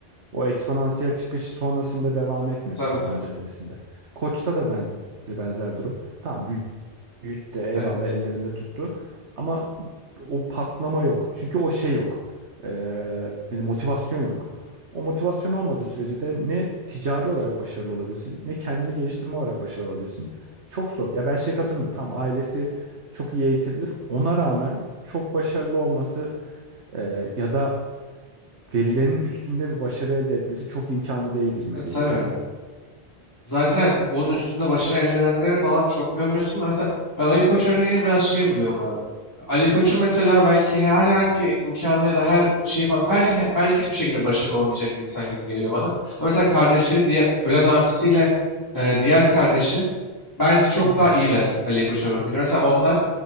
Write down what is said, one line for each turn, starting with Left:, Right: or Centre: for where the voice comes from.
Right: O eksponansiyel çıkış sonrasında devam etmedi
Left: Tabii
Right: Sabancı
Left: tabii.
Right: ailesinde. Koç'ta da ben benzer durum. Tamam Yiğit de eyvallah
Left: Evet.
Right: ellerinde tuttu. Ama o patlama yok. Çünkü o şey yok. Ee, yani motivasyon yok. O motivasyon olmadığı sürece de ne ticari olarak başarılı olabilirsin, ne kendini geliştirme olarak başarılı olabilirsin. Çok zor. Ya ben şey katılmıyorum. Tam ailesi çok iyi eğitebilir. Ona rağmen çok başarılı olması e, ya da verilenin üstünde bir başarı elde etmesi çok imkanlı değil gibime
Left: E,
Right: geliyor
Left: tabii.
Right: ya.
Left: Zaten onun üstünde başarı elde edenleri falan çok görmüyorsun da mesela ben Ali Koç örneğini biraz şey buluyorum abi. Ali Koç'un mesela belki herhangi imkanı ya da her şeyi falan belki, he- belki hiçbir şekilde başarılı olamayacak bir insan gibi geliyor bana. Ama mesela kardeşleri diğer ölen abisiyle e, diğer kardeşi bence çok
Right: Hı hı.
Left: daha iyiler Ali Koç'a bakınca. Mesela onlar